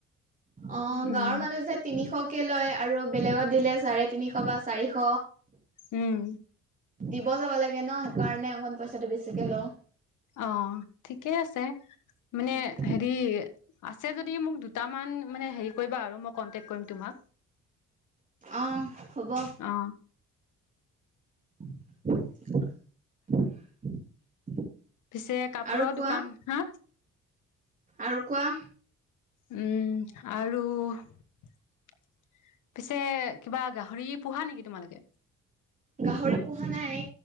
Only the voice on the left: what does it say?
উম
উম
অ' ঠিকেই আছে। মানে
হেৰি, আছে যদি মোক দুটামান মানে হেৰি কৰিবা আৰু, মই কন্টেক কৰিম তোমাক।
অ
পিছে কাপোৰৰ
দোকান, হা
উম আৰু পিছে কিবা গাহৰি পোহা নেকি তোমালোকে?